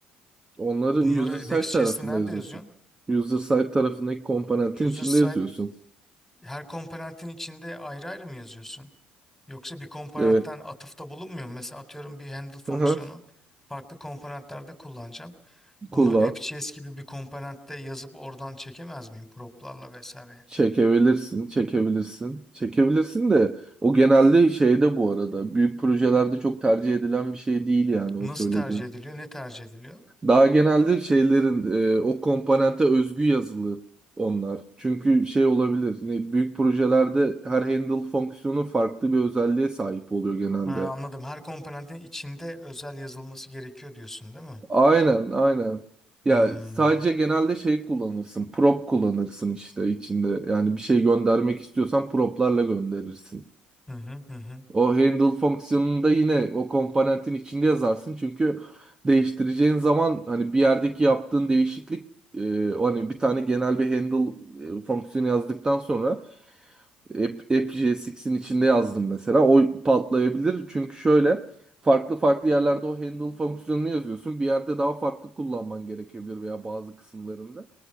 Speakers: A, on the right (about 20°); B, in the centre.
A: Onları
B: Bunları
A: user side
B: Next.js'te
A: tarafında
B: nerede
A: yazıyorsun.
B: yazıyorsun?
A: User side tarafındaki komponentin
B: User
A: içinde
B: side
A: yazıyorsun.
B: her komponentin içinde ayrı ayrı mı yazıyorsun? Yoksa bir komponentten
A: Evet.
B: atıfta bulunmuyor mu? Mesela atıyorum bir handle fonksiyonu
A: Hı hı.
B: farklı komponentlerde kullanacağım. Bunu
A: Kullan.
B: AppJS gibi bir komponentte yazıp oradan çekemez miyim prop'larla vesaire?
A: Çekebilirsin, çekebilirsin. Çekebilirsin de o genelde şeyde bu arada. Büyük projelerde çok tercih edilen bir şey değil yani o
B: Nasıl
A: söylediğin.
B: tercih ediliyor? Ne tercih ediliyor?
A: Daha genelde şeylerin e, o komponente özgü yazılı onlar. Çünkü şey olabilir. Ne, büyük projelerde her handle fonksiyonu farklı bir özelliğe sahip oluyor genelde.
B: Ha, anladım. Her komponentin içinde özel yazılması gerekiyor diyorsun, değil mi?
A: Aynen, aynen. Ya
B: Hmm.
A: sadece genelde şey kullanırsın. Prop kullanırsın işte içinde. Yani bir şey göndermek istiyorsan proplarla gönderirsin.
B: Hı hı hı hı.
A: O handle fonksiyonunda yine o komponentin içinde yazarsın. Çünkü değiştireceğin zaman hani bir yerdeki yaptığın değişiklik e, o hani bir tane genel bir handle e, fonksiyonu yazdıktan sonra App, AppJSX'in içinde yazdım mesela. O patlayabilir. Çünkü şöyle farklı farklı yerlerde o handle fonksiyonunu yazıyorsun. Bir yerde daha farklı kullanman gerekebilir veya bazı kısımlarında.